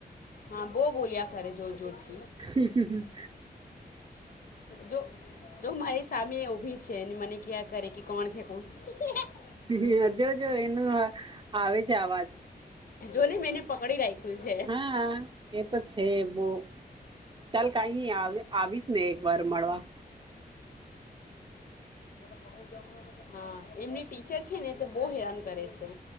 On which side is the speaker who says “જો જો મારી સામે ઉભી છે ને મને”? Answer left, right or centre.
Left